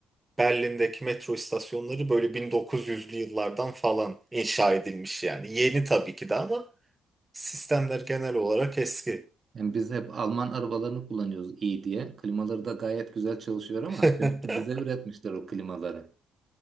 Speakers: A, on the right; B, on the right.
A: Berlin'deki metro istasyonları böyle 1900'lü yıllardan falan inşa edilmiş yani. Yeni tabii ki de ama sistemler genel olarak eski.
B: Yani biz hep Alman arabalarını kullanıyoruz iyi diye. Klimaları da gayet güzel çalışıyor ama
A: <laughs>
B: demek ki bize üretmişler o klimaları.